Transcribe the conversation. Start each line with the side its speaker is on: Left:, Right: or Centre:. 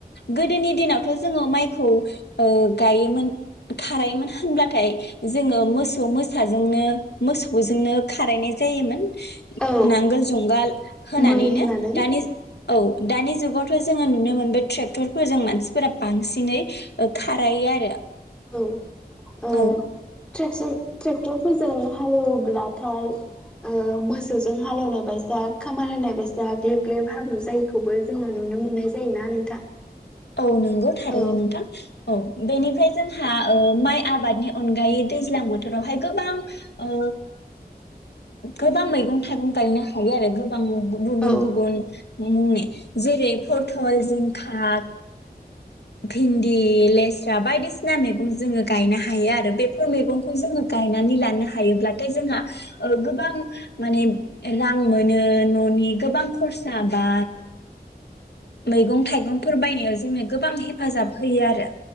Left: गोदोनि दिनावथ' जोङो माइखौ ओ गायोमोन खारायोमोन होनब्लाथाय जोङो मोसौ मोसाजोंनो मोसौजोंनो खारायनाय जायोमोन।
Centre: औ
Left: नांगोल जुंगाल होनानैनो
Centre: मै होनानै
Left: दानि औ दानि जुगाव जोङो नुनो मोनबाय ट्रेक्टरफोरजों मानसिफोरा बांसिनै ओ खारायो आरो।
Centre: औ ओ
Left: औ
Centre: ट्रेक्सन ट्रेक्टरफोरजों हालेवब्लाथाय ओ मोसौजों हालेवनाय बायसा खामार होनाय बायसा ग्लेब ग्लेब हाब्रु जायैखौबो जोङो नुनो मोननाय जायोना नोंथां?
Left: औ नंगौ थारैनो
Centre: औ
Left: नोंथां औ। बेनिफ्राय जोंहा ओ माइ आबादनि अनगायै दैज्लां बोथोरावहाय गोबां ओ गोबां मैगं थाइगं गायनो हायो आरो गोब गोबां गुबुन
Centre: औ
Left: गुबुन मुंनि। जेरै फथल जिंखा भिन्दि लेस्रा बायदिसिना मैगं जोङो गायनो हायो आरो बे फोर मैगंखौ जोङो गायनानै लानो हायोब्लाथाय जोंहा ओ गोबां माने रां मोनो न'नि गोबां खरसा बा मैगं थाइगंफोर बायनाय जोंनो गोबां हेफाजाब होयो आरो।